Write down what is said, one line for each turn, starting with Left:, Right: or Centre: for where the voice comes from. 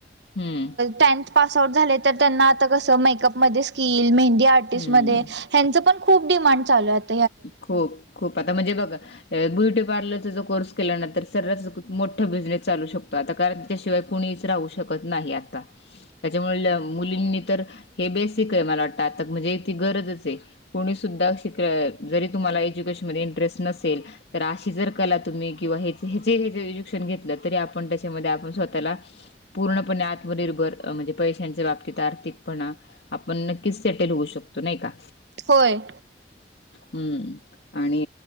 Left: हम्म
Right: टेन्थ पास आउट झाल्या तर त्यांना आता कस मेकअपमध्ये स्किल मेहंदी आर्टिस्टमध्ये
Left: हम्म
Right: ह्यांच पण खूप दिमांड चालूये.
Left: खूप खूप आता म्हणजे बघा. अ ब्युटी पार्लरचा कोर्स केला ना तर सरस मोठा बिझनेस चालू शकतो आता कारण त्याशिवाय कुणीच राहू शकत नाही आता.
Right: ह
Left: ह्याच्यामुळे मुलींनी तर हे बेसिकये मला वाटत आता म्हणजे इथे गरजच आहे कोणी सुद्धा शिक जरी तुम्हाला एज्युकेशनमध्ये इंटरेस्ट नसेल तर अशी जर कला तुम्ही किंवा हे जे शिक्षण घेतल तरी आपण त्याच्यामध्ये आपण स्वतःला पूर्णपणे आत्मनिर्भर म्हणजे पैशांच्या बाबतीत आर्थिकपणा आपण नक्कीच सेटल होऊ शकतो नाही का.
Right: होय.
Left: हम्म आणि